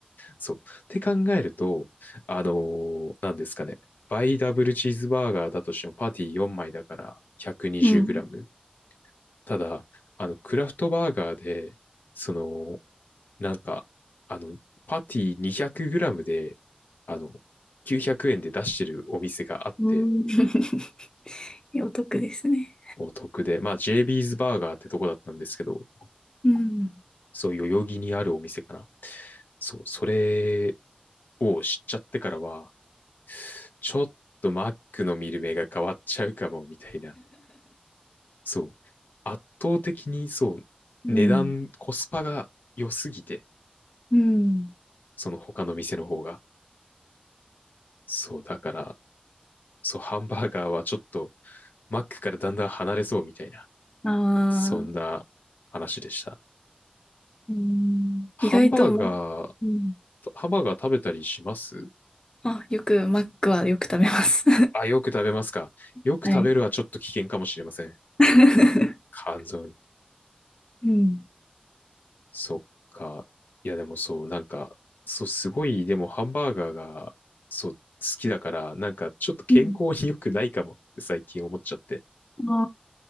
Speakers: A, on the left; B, on the left.
A: そう。って考えると、あのー、なんですかね。バイダブルチーズバーガーだとしてもパティ4枚だから120グラム。
B: うん。
A: ただ、あの、クラフトバーガーで、その、なんか、あの、パティ200グラムで、あの、900円で出してるお店があって、
B: うん <laughs>。お得ですね。
A: お得で、まあ JB's バーガーってとこだったんですけど、
B: うん。
A: そう、代々木にあるお店かな。そう、それを知っちゃってからは、ちょっとマックの見る目が変わっちゃうかも、みたいな。そう。圧倒的に、そう、
B: うん。
A: 値段、コスパが良すぎて、
B: うん。
A: その他の店の方が。そう、だから、そう、ハンバーガーはちょっと、マックからだんだん離れそうみたいな、
B: ああ、
A: そんな話でした。
B: うん。
A: ハンバーガー、
B: 意外とマック、うん。
A: ハンバーガー食べたりします
B: あ、よく、マックはよく食べます。
A: あ、よく食べますか。
B: <laughs>
A: よく食べるはちょっと危険かもしれません。
B: はい。<laughs>
A: 肝臓に。
B: うん。
A: そっか。いや、でもそう、なんか、そう、すごい、でもハンバーガーが、そう、好きだから、なんか、ちょっと健康に良くないかもって最近思っちゃって。
B: うん。あ